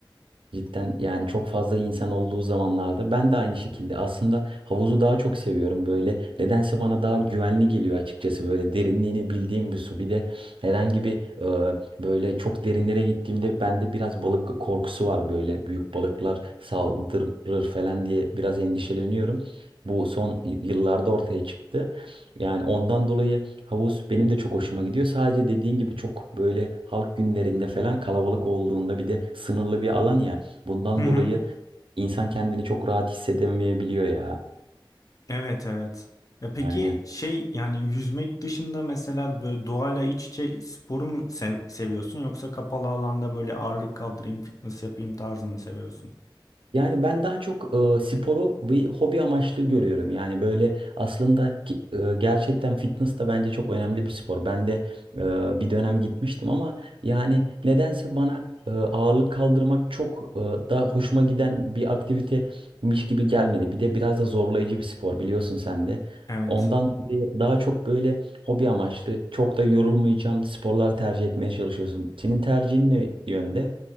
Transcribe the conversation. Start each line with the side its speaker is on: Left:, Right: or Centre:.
Right: Cidden yani çok fazla insan olduğu zamanlarda ben de aynı şekilde aslında havuzu daha çok seviyorum böyle nedense bana daha güvenli geliyor açıkçası böyle derinliğini bildiğim bir su bir de herhangi bir e, böyle çok derinlere gittiğimde bende biraz balık korkusu var böyle büyük balıklar saldırır falan diye biraz endişeleniyorum. Bu son y- yıllarda ortaya çıktı. Yani ondan dolayı havuz benim de çok hoşuma gidiyor. Sadece dediğin gibi çok böyle halk günlerinde falan kalabalık olduğunda bir de sınırlı bir alan ya. Bundan
Left: Hı hı.
Right: dolayı insan kendini çok rahat hissedemeyebiliyor ya.
Left: Evet evet. Ya peki
Right: Aynen.
Left: şey yani yüzmek dışında mesela böyle doğayla iç içe sporu mu sev- seviyorsun yoksa kapalı alanda böyle ağırlık kaldırayım, fitness yapayım tarzı mı seviyorsun?
Right: Yani ben daha çok e, sporu bir hobi amaçlı görüyorum. Yani böyle aslında ki- e, gerçekten fitness da bence çok önemli bir spor. Ben de e, bir dönem gitmiştim ama yani nedense bana e, ağırlık kaldırmak çok e, da hoşuma giden bir aktivitemiş gibi gelmedi. Bir de biraz da zorlayıcı bir spor biliyorsun sen de.
Left: Evet.
Right: Ondan dolayı daha çok böyle hobi amaçlı, çok da yorulmayacağım sporlar tercih etmeye çalışıyorsun. Senin tercihin ne yönde?